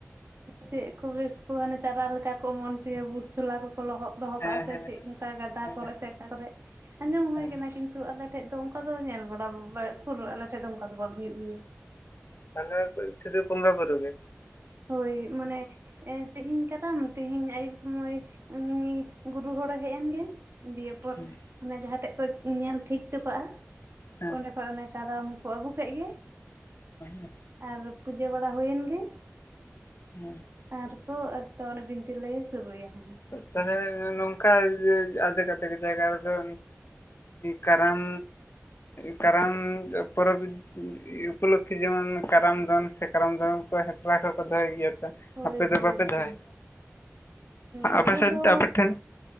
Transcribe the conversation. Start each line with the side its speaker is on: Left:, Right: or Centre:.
Right: ᱪᱮᱫ ᱠᱚ ᱵᱮᱥ ᱦᱳ ᱦᱟᱱᱮ ᱪᱟᱨᱟ ᱞᱮᱠᱟ ᱠᱚ ᱮᱢᱚᱱ ᱚᱪᱚᱭᱟ ᱵᱩᱴ ᱪᱷᱚᱞᱟ ᱠᱚᱠᱚ ᱞᱚᱦᱚᱫ ᱫᱚᱦᱚ
Left: ᱦᱮᱸ
Right: ᱠᱟᱜᱼᱟ ᱥᱮ
Left: ᱦᱮᱸ
Right: ᱪᱮᱫ? ᱚᱠᱟ ᱜᱟᱰᱟ
Left: ᱦᱮᱸ
Right: ᱠᱚᱨᱮᱜ
Left: ᱦᱮᱸ
Right: ᱥᱮ ᱚᱠᱟ ᱠᱚᱨᱮᱜ, ᱟᱸᱡᱚᱢ ᱦᱩᱭ
Left: ᱦᱮᱸ
Right: ᱠᱟᱱᱟ ᱠᱤᱱᱛᱩ ᱟᱞᱮ ᱴᱷᱮᱡ ᱫᱚ ᱚᱱᱠᱟ ᱫᱚ ᱧᱮᱞ ᱵᱟᱲᱟ ᱯᱩᱨᱟᱹ ᱟᱞᱮᱴᱷᱮᱡ ᱫᱚ ᱚᱱᱠᱟ ᱫᱚ ᱵᱟᱝ ᱦᱩᱭᱩᱜ ᱜᱮᱭᱟ᱾
Left: ᱛᱟᱦᱞᱮ ᱥᱩᱫᱩ ᱵᱚᱸᱜᱟ ᱵᱩᱨᱩ ᱜᱮ?
Right: ᱦᱳᱭ ᱢᱟᱱᱮ ᱛᱮᱦᱤᱧ ᱠᱟᱨᱟᱢ ᱛᱮᱦᱤᱧ ᱟᱭᱩᱵ ᱥᱚᱢᱚᱭ ᱩᱱᱤ ᱜᱩᱨᱩ ᱦᱚᱲᱮ ᱦᱮᱡ ᱮᱱᱜᱮ ᱫᱤᱭᱮ ᱯᱚᱨ
Left: ᱦᱮᱸ
Right: ᱚᱱᱮ ᱡᱟᱦᱟᱸ ᱴᱷᱮᱡ ᱠᱚ ᱧᱮᱞ ᱴᱷᱤᱠ ᱴᱚ ᱠᱟᱜᱼᱟ
Left: ᱦᱮᱸ
Right: ᱚᱸᱰᱮ ᱠᱷᱚᱡ ᱚᱱᱮ ᱠᱟᱨᱟᱢ ᱠᱚ ᱟᱹᱜᱩ ᱠᱮᱫ ᱜᱮ,
Left: ᱦᱮᱸ
Right: ᱟᱨ ᱯᱩᱡᱟᱹ ᱵᱟᱲᱟ ᱦᱩᱭᱮᱱ ᱜᱮ᱾
Left: ᱦᱮᱸ
Right: ᱟᱨ ᱠᱚ ᱟᱫᱚ ᱚᱱᱮ ᱵᱤᱱᱛᱤ ᱞᱮ ᱥᱩᱨᱩᱭᱟ ᱦᱟᱸᱜ᱾
Left: ᱛᱟᱦᱞᱮ ᱱᱚᱝᱠᱟ ᱟᱫᱷᱮᱠ ᱟᱫᱷᱮᱠ ᱡᱟᱭᱜᱟ ᱨᱮᱫᱚ ᱠᱟᱨᱟᱢ, ᱠᱟᱨᱟᱢ ᱯᱚᱨᱚᱵ ᱤᱭᱟᱹ ᱩᱯᱚᱞᱚᱠᱠᱷᱮ ᱡᱮᱢᱚᱱ ᱠᱟᱨᱟᱢ ᱫᱚᱱ ᱥᱮ ᱠᱟᱨᱟᱢ ᱫᱚᱫᱚᱱ ᱠᱚ ᱦᱮᱯᱨᱟᱣ ᱠᱚᱠᱚ ᱫᱚᱦᱚᱭ ᱜᱮᱭᱟ ᱛᱚ?
Right: ᱦᱳᱭ
Left: ᱟᱯᱮ ᱫᱚ
Right: ᱦᱳᱭ
Left: ᱵᱟᱯᱮ ᱫᱚᱦᱚᱭ
Right: ᱦᱳᱭ ᱫᱚᱦᱚ
Left: ᱟᱯᱮ ᱥᱮᱫ
Right: ᱫᱚ
Left: ᱟᱯᱮ ᱴᱷᱮᱱ